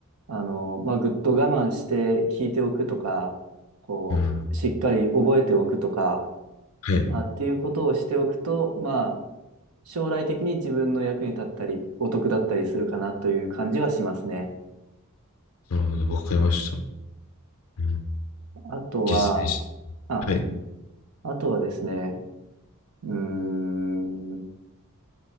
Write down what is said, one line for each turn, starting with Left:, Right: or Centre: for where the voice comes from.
Right: あ、あの、まあぐっと我慢して聞いておくとか、こう、
Left: うん。
Right: しっかり覚えておくとか、
Left: はい。
Right: あ、っていうことをしておくと、まあ、将来的に自分の役に立ったり、お得だったりするかなという感じはしますね。
Left: なるほど、わかりました。うん。
Right: あとは、
Left: 実践し、
Right: あ、
Left: はい。
Right: あとはですね、うーん、